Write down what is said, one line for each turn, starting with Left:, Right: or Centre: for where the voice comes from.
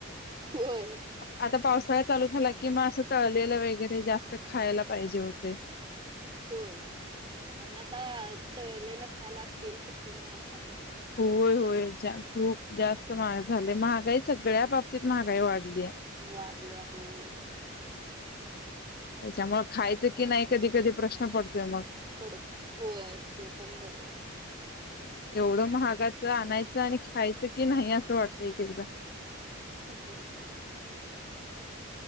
Right: होय
Left: आता पाऊस. पावसाळा चालू झाला कि मगं असं तळलेलं वगैरे जास्त खायला. पाहिजे होते.
Right: होय आणि आता तळलेलं खायला तेल किती महाग झा -
Left: होय होय. खूप जास्त महाग झाले महागाई सगळ्या बाबतीत महागाई वाढली आहे.
Right: वाढल्या होय.
Left: त्याच्यामुळ खायचं की नाही कधी कधी प्रश्न पडतोय मग.
Right: पड होय ते पण बरोबर आहे.
Left: एवढं महागाचं आणायचं आणि खायचं की नाही असं वाटतं एकेकदा.
Right: <unintelligible>